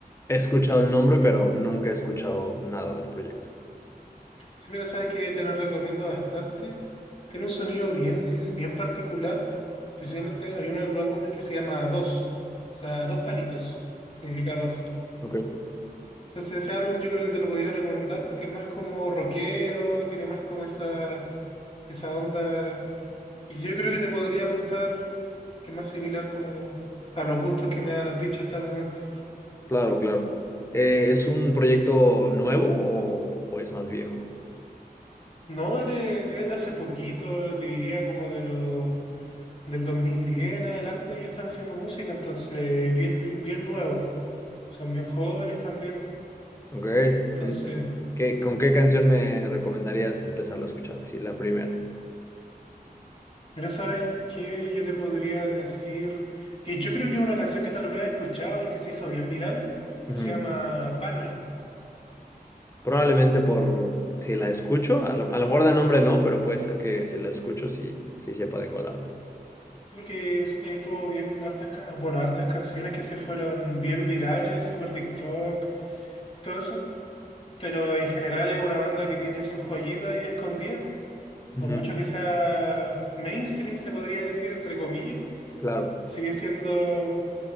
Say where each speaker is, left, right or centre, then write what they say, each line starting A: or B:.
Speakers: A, on the left; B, on the left.
A: He escuchado el nombre, pero nunca he escuchado nada del proyecto.
B: Si mira, sabes que te lo recomiendo bastante. Tiene un sonido bien, bien particular. Precisamente hay uno de los álbumes que se llama Dos, o sea, dos palitos, significa dos.
A: Ok.
B: Entonces ese álbum yo creo que te lo podía recomendar porque es más como rockero, tiene más como esa, esa onda. Y yo creo que te podría gustar, que es más similar como a los gustos que me has dicho hasta el momento.
A: Claro, claro. Eh, ¿es un proyecto nuevo o, o es más viejo?
B: No, es desde hace poquito, te diría como de lo del 2010 en adelante ellos están haciendo música, entonces bien, bien nuevos. Son bien jóvenes también,
A: Ok,
B: entonces
A: interesante. ¿Qué- con qué canción me recomendarías empezarlo a escuchar? Así, la primera.
B: Mira, ¿sabes qué? Yo te podría decir que yo creo que es una canción que tal vez has escuchado porque se hizo bien viral, que
A: Ujú.
B: se llama Pana.
A: Probablemente por si la escucho, a lo, a lo mejor de nombre no, pero puede ser que si la escucho sí, sí sepa de cuál hablas.
B: Sí, porque es- ahí tuvo bien hartas, ca- bueno, hartas canciones que se fueron bien virales, y por TikTok y todo eso. Pero en general es una banda que tiene sus joyitas ahí escondidas.
A: Ujú,
B: Por mucho que sea mainstream, se podría decir, entre comillas,
A: Claro.
B: sigue siendo